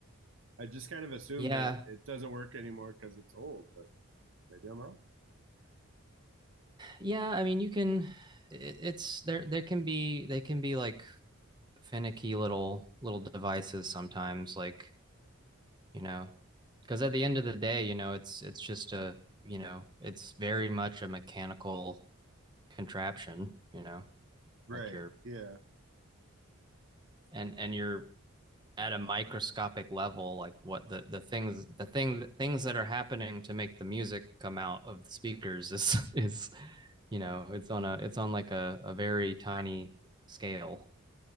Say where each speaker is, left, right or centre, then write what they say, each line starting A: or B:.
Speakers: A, on the right; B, on the right.
A: I just kind of assume
B: Yeah.
A: that it doesn't work anymore because it's old, but maybe I'm wrong.
B: Yeah. I mean, you can, it's there, there can be, they can be like finicky little, little devices sometimes, like, you know, because at the end of the day, you know, it's, it's just a, you know, it's very much a mechanical contraption, you know,
A: Right.
B: like you're,
A: Yeah.
B: and, and you're at a microscopic level, like what the, the things, the thing, the things that are happening to make the music come out of the speakers <laughs> is, is, You know, it's on a it's on like a, a very tiny scale.